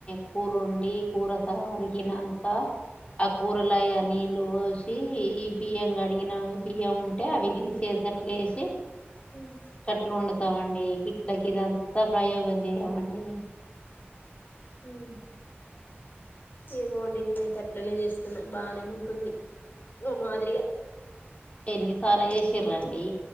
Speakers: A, on the left; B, on the left.
A: కూర వండి కూర సగం ఉడికినంక అ కూరలయ నిల్ నీళ్ళు పోసి ఈ బియ్యం కడిగిన బియ్యం ఉంటే అవి తీసేసి అట్లే ఏసి
B: హ్మ్
A: గట్ల వండుతామండి గిట్ల గిదంతా ప్రయోగం చేయమండి
B: హుం ఏమోండి నేనైతె అట్లనె చేస్తున్నా బానే ఉంటుంది ఓ మాదిరిగ
A: ఎన్నిసార్లు చేసిరండి